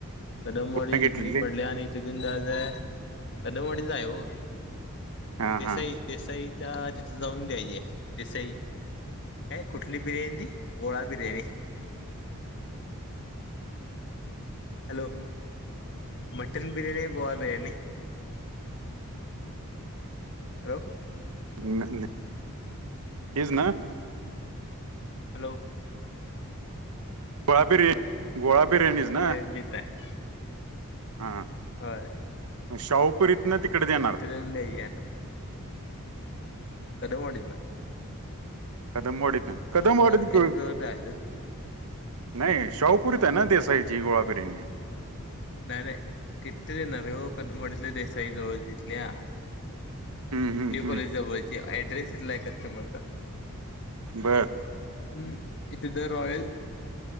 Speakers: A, on the left (about 55°); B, on the right (about 90°).
A: कदमवाडी
B: कुठनं घेतलेली
A: तिथली पडल्या आणि छगनदादा कदमवाडी चा आहे हो-
B: हा
A: देसाई
B: हा
A: देसाईच्या तिथे जाऊन देय हे देसाई - कुठंली बिर्याणी ती गोळा बिर्याणी. हॅलो मटन बिर्याणी गोळा बिर्याणी - हॅलो-
B: ना ना हिचं ना-
A: हॅलो-
B: गोळा बिर्याणी गोळा बिर्याणीच ना-
A: <inaudible>
B: हां-
A: आहे होय
B: मग शाहूपुरीत ना तिकडं देणार.
A: तिथे जाऊन द्यायची कदम वाडीत न-
B: कदम वाडीत ना कदम वाडीत
A: ह्याच्या
B: क-
A: जवळ जायचं
B: नाही शाहपुरीत आहे ना देसाईची गोळा बिर्याणी.
A: नाही नाही तिथ देणार आहे हो कदमडीतल्या देसाई जवळ तिथल्या-
B: हम्म हम्म
A: न्यू काॅलेज
B: हम्म
A: जवळची ऍड्रेस इथला आहे कस्टमर का-
B: बर-
A: हम्म इथे the royal